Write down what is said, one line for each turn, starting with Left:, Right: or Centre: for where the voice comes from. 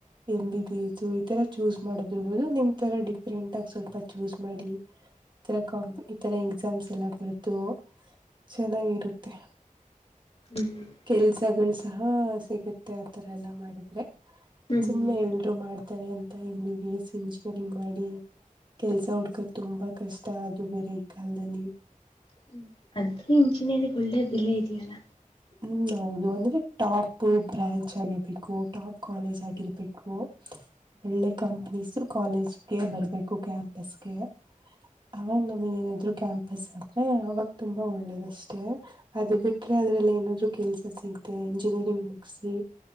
Right: ಎಲ್ಲಿದ್ದೀಯಾ ಚೂಹಿತ್ ತರ ಚೂಸ್ ಮಾಡದಿರ್ಬೋದು ನಿಮ್ ತರ ಡಿಫ್ರೆಂಟ್ ಆಗಿ ಸ್ವಲ್ಪ ಚೂಸ್ ಮಾಡಿ ಇತರ ಕಾ ಇತರ ಎಕ್ಸಾಮ್ಸ್ ಎಲ್ಲ ಬರ್ತು ಚೆನ್ನಾಗಿರುತ್ತೆ
Left: ಹ್ಮ್
Right: ಕೆಲ್ಸಗಳು ಸಹ ಸಿಗುತ್ತೆ ಆತರ ಎಲ್ಲಾ ಮಾಡಿದ್ರೆ ಸುಮ್ಮ್ನೆ
Left: ಹ್ಮ್
Right: ಎಲ್ರು ಮಾಡ್ತಾರೆ ಅಂತ M B B S engineering ಮಾಡಿ ಕೆಲ್ಸ ಹುಡ್ಕಕ್ ತುಂಬಾ ಕಷ್ಟ ಅದು ಬೇರೆ ಈ ಕಾಲದಲ್ಲಿ
Left: ಹ್ಮ್ ಅಂದ್ರೆ ಇಂಚಿನೇಗ್ ಒಳ್ಳೆ ಬೆಲೆ ಇದ್ಯಲ್ಲ
Right: ಹ್ಮ್ ಹೌದು ಅಂದ್ರೆ ಟಾಪ್ ಬ್ರಾಂಚ್ ಆಗಿರ್ಬೇಕು ಟಾಪ್ ಕಾಲೇಜ್ ಆಗಿರ್ಬೇಕು ಒಳ್ಳೆ ಕಂಪನೀಸ್ ಕಾಲೇಜ್ಗೆ ಬರ್ಬೇಕು ಕ್ಯಾಂಪಸ್ಗೆ ಹ ನಮಗೆ ಏನಾದ್ರು ಕ್ಯಾಂಪಸ್ ಅಂದ್ರೆ ಅವಾಗ ತುಂಬಾ ಒಳ್ಳೇದ ಅಷ್ಟೇ ಅದು ಬಿಟ್ರೆ ಅದ್ರಲ್ಲಿ ಏನಾದ್ರರು ಕೆಲ್ಸ ಸಿಗತೆ ಇಂಜಿನಿಯರಿಂಗ್ ಮುಗಿಸಿ